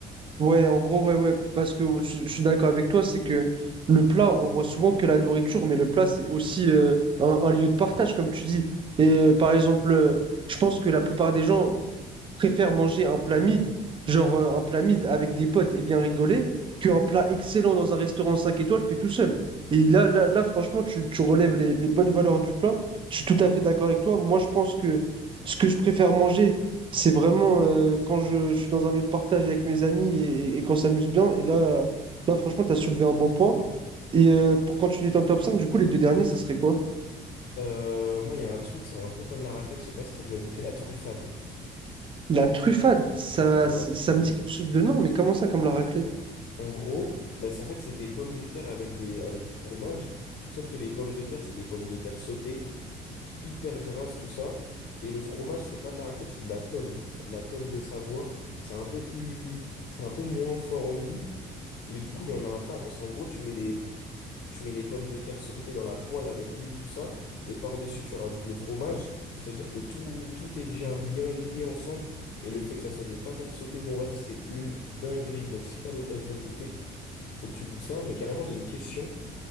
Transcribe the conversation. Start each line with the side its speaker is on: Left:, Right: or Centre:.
Right: Ouais, en gros, ouais, ouais, parce que je, je suis d'accord avec toi, c'est que le plat, on voit souvent que la nourriture, mais le plat, c'est aussi euh, un, un lieu de partage, comme tu dis. Et euh, par exemple, euh, je pense que la plupart des gens, préfère manger un plat mid, genre euh, un plat mid avec des potes et bien rigoler, qu'un plat excellent dans un restaurant 5 étoiles que tout seul. Et là, là, là franchement, tu, tu relèves les, les bonnes valeurs du plat. Je suis tout à fait d'accord avec toi. Moi, je pense que ce que je préfère manger, c'est vraiment euh, quand je, je suis dans un lieu de partage avec mes amis et, et- et qu'on s'amuse bien. Et là, là franchement, tu as soulevé un bon point. Et euh, pour continuer ton top 5, du coup, les deux derniers, ça serait quoi?
Left: Euh, moi, il y a un truc, c'est un peu comme la raclette, je sais pas si t'as déjà goûté la truffade.
Right: La truffade, ça,
Left: Ouais.
Right: ça me dit quelque chose de non, mais comment ça, comme la raclette?
Left: En gros, bah, c'est en fait c'est des pommes de terre avec des avec du fromage, sauf que les pommes de terre c'est des pommes de terre sautées, hyper grasses tout ça, et le fromage c'est pas de la raclette, c'est de la tome, de la tome de Savoie. C'est un peu plus, c'est un peu moins fort en goût. Mais du coup, il y en a un tas, parce qu'en gros, tu mets les, tu mets les pommes de terre sautées dans la poêle avec l'huile, tout ça, et par-dessus, tu rajoutes le fromage, et ça veut dire que tout, tout est déjà bien lié ensemble, et le fait que ça soit des patates sautées, mon ref, c'est une dinguerie. Donc si t'as l'occasion de goûter, faut que tu goûtes ça, mais carrément, j'ai une question.